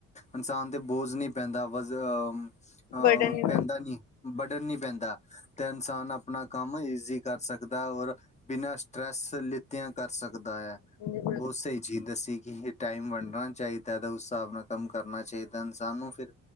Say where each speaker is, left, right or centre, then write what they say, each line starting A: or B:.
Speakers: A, on the left; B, on the left.
A: ਇਨਸਾਨ ਤੇ ਬੋਝ ਨਹੀਂ ਪੈਂਦਾ ਵ ਅਹ
B: ਬਰਡਨ ਨਹੀਂ
A: ਪੈਂਦਾ ਨੀ, ਬਰਡਨ ਨੀ ਪੈਂਦਾ। ਤੇ ਇਨਸਾਨ ਆਪਣਾ ਕੰਮ ਈਜ਼ੀ ਕਰ ਸਕਦਾ ਹੈ, ਔਰ ਬਿਨਾਂ ਸਟਰ੍ਰੈੱਸ ਲਿਤੇਆਂ, ਕਰ ਸਕਦਾ ਹੈ।
B: ਜੀ
A: ਬਹੁਤ ਸਹੀ ਚੀਜ਼ ਦੱਸੀ, ਕਿ ਟਾਈਮ ਵੰਡਣਾ ਚਾਹੀਦਾ, ਤਾਂ ਉਸ ਹਿਸਾਬ ਨਾਲ ਕੰਮ ਕਰਨਾ ਚਾਹੀਦਾ, ਇਨਸਾਨ ਨੂੰ ਫਿਰ